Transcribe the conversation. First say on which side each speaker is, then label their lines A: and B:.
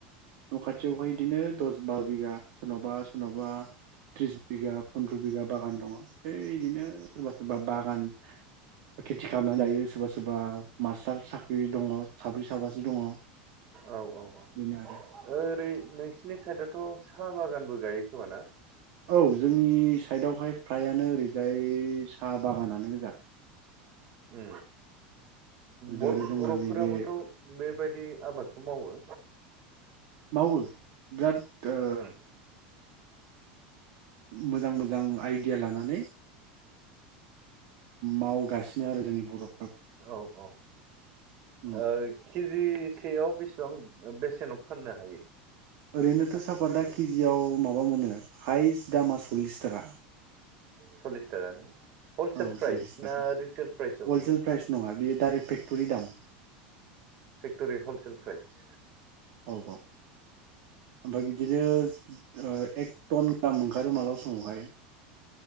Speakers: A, on the right; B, on the right.
A: न' खाथियावहाय बिदिनो दस बार' बिगा सोरनावबा सोरनावबा त्रिस बिगा फन्द्र' बिगा बागान दङ बिदिनो सोरबा सोरबा बागान खेथि खालामनानै जायो सोरबा सोरबा मास्टार साख्रि दङ साब्रै साबासो दङ।
B: औ औ औ
A: बेनो आरो
B: ओरै नोंसोरनि साइदआथ' साहा बागानबो गायो खोमाना?
A: औ जोंनि साइडआवहाय फ्रायानो ओरैजाय साहा बागानानो गोजा।
B: उ
A: ओजा
B: बर'
A: आरो जोंना
B: बर'फोराबोथ'
A: नैबे
B: बेबायदि आबादखौ मावो।
A: मावो बिराद
B: ओं
A: ओ मोजां मोजां आइडिया लानानै मावगासिनो आरो जोंनि बर'
B: औ औ
A: उम
B: ओइ किजिसेयाव बेसेबां ओ बेसेनाव फाननो हायो।
A: ओरैनोथ'
B: सापातिखौ
A: सापाता केजियाव माबा मोनो हायेस्ट दामा सल्लिस थाखा।
B: सल्लिस थाखा ना हलसेल
A: औ
B: प्राइस
A: सल्लिस थाखा
B: ना रिटेल प्राइसआव बेयो
A: हलसेल प्राइस नङा बेयो डाइरेक्ट फेक्ट'रि दाम
B: फेक्टरि हलसेल प्राइस
A: औ औ ओमफ्राय बिदिनो ओ एक टन गाहाम ओंखारो मालाबा समावहाय